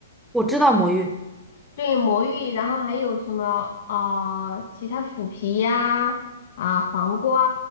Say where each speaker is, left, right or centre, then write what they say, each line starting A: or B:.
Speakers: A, in the centre; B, on the left.
A: 我知道魔芋，
B: 对，魔芋，然后还有什么啊、呃其他腐皮呀、啊，黄瓜